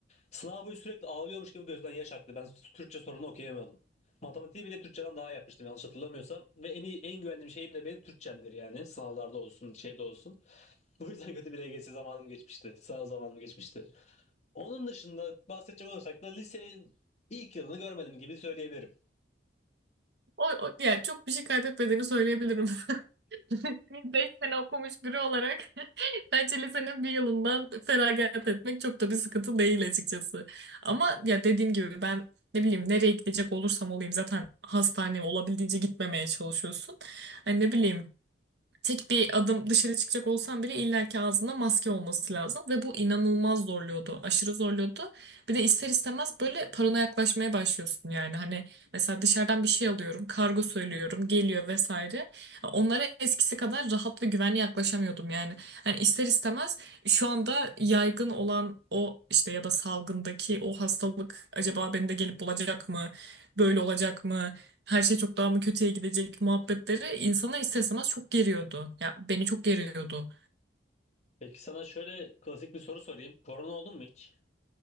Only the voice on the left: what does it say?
sınav boyu sürekli ağlıyormuş gibi gözden yaş aktı. Ben Türkçe sorunu okuyamıyordum. Matematiği bile Türkçeden daha iyi yapmıştım yanlış hatırlamıyorsam. Ve en iyi, en güvendiğim şeyim de benim Türkçemdir yani. Sınavlarda olsun, şeyde olsun. <laughs> Bu yüzden kötü bir LGS zamanım geçmişti. Sınav zamanım geçmişti. Onun dışında bahsedecek olursak da lisenin ilk yılını görmedim gibi söyleyebilirim.
Peki sana şöyle klasik bir soru sorayım. Korona oldun mu hiç?